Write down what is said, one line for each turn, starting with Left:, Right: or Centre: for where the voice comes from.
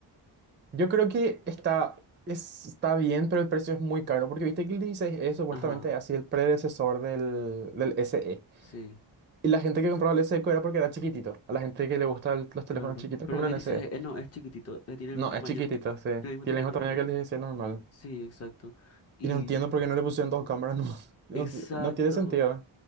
Right: Yo creo que está, es- está bien, pero el precio es muy caro, porque viste que el 16E supuestamente
Left: Ajá,
Right: ha sido el predecesor del, del SE.
Left: sí,
Right: Y la gente que compraba el SE era porque era chiquitito. A la gente que le gustan los teléfonos
Left: claro.
Right: chiquitos
Left: Pero
Right: compran
Left: el 16e
Right: el SE.
Left: no, es chiquitito, eh, tiene
Right: No,
Left: el mismo tamaño,
Right: es chiquitito, sí.
Left: el mismo
Right: Tiene
Left: tamaño
Right: el mismo tamaño
Left: del...
Right: que el 16 normal.
Left: Sí, exacto. Y
Right: Y no entiendo por qué no le pusieron dos cámaras, no, <laughs>
Left: exacto,
Right: no, no tiene sentido.